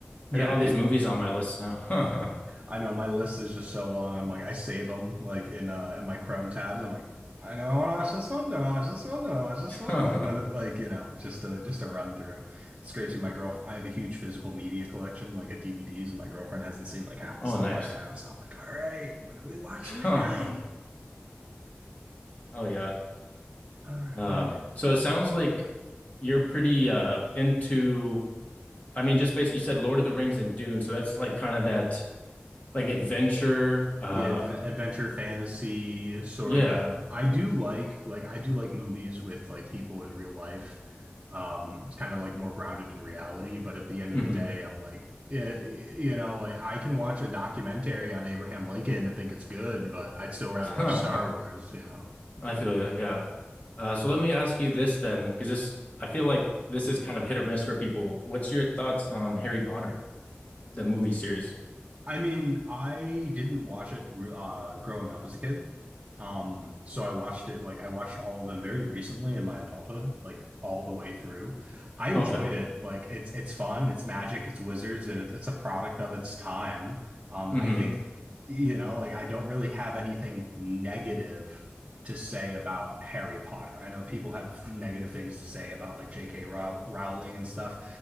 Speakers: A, on the right (about 25°); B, on the left (about 35°).
A: Yeah,
B: I got all these movies on my list now.
A: I know my list is just so long. I'm like, I save them like in uh in my Chrome tabs. I'm like, I know I want to watch this one. No, I watch this one. No, I watch this
B: <laughs>
A: one. Like what? It, like you know, just to just to run through. It's great too. My girl, I have a huge physical media collection, like a DVDs, and my girlfriend hasn't seen like half the
B: Oh,
A: stuff
B: nice.
A: I have. So I'm like, all right, what are we watching
B: <laughs>
A: tonight?
B: Oh yeah.
A: All
B: Um,
A: right,
B: so it sounds like you're pretty uh into I mean, just basically you said Lord of the Rings and Dune, so that's like kind of that like adventure uh
A: Yeah, adv adventure fantasy sort
B: yeah.
A: of. I do like like I do like movies with like people in real life. Um, it's kind of like more grounded in reality, but at the end of
B: hmm
A: the day, I'm like, yeah, you know, like I can watch a documentary on Abraham Lincoln and think it's good, but I'd still rather
B: <laughs>
A: watch Star Wars,
B: I
A: you know.
B: feel you, yeah. Uh so let me ask you this then, because this I feel like this is kind of hit or miss for people. What's your thoughts on Harry Potter, the movie series?
A: I mean, I didn't watch it uh, growing up as a kid. Um, so I watched it like I watched all of them very recently in my adulthood, like all the way through. I enjoyed
B: Okay.
A: it. Like it's it's fun, it's magic, it's wizards, and it, it's a product of its time. Um,
B: hmm
A: I think, you know, like I don't really have anything negative to say about Harry Potter. I know people have negative things to say about like J.K. Row Rowling and stuff.